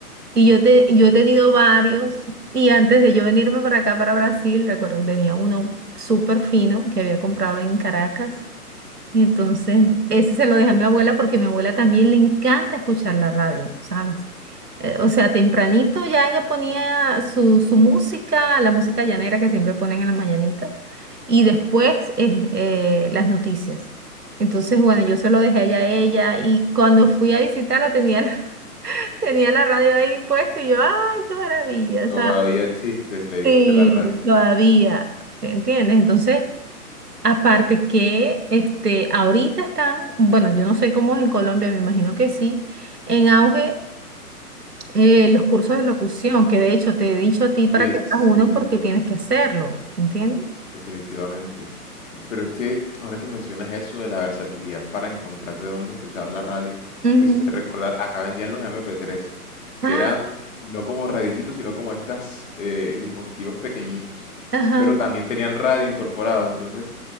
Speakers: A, on the right (about 80°); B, on the left (about 55°).
A: Y yo, te, yo he tenido varios, y antes de yo venirme para acá, para Brasil, recuerdo que tenía uno súper fino que había comprado en Caracas. Y entonces, ese se lo dejé a mi abuela porque a mi abuela también le encanta escuchar la radio, ¿sabes? Eh, o sea, tempranito ya ella ponía su, su música, la música llanera que siempre ponen en las mañanitas, y después eh, eh, las noticias. Entonces, bueno, yo se lo dejé allá a ella y cuando fui a visitarla tenía, la- <laughs> tenía la radio ahí puesta y yo, ¡ay, qué maravilla!
B: Todavía
A: ¿sabes?
B: existes, le dijiste
A: Sí,
B: a la radio.
A: todavía, ¿te entiendes? Entonces... Aparte que este, ahorita están, bueno, yo no sé cómo es en Colombia, me imagino que sí, en auge eh, los cursos de locución, que de hecho te he dicho a ti
B: Oye,
A: para que hagas
B: sí,
A: uno porque tienes que hacerlo, ¿entiendes?
B: Definitivamente. Pero es que ahora que mencionas eso de la versatilidad para encontrar de dónde escuchar la radio,
A: Ujú.
B: me hiciste recordar, acá vendían los MP3,
A: Ah,
B: que eran no como radiecitos, sino como estos dispositivos pequeñitos,
A: ajá.
B: pero también tenían radio incorporado. Entonces,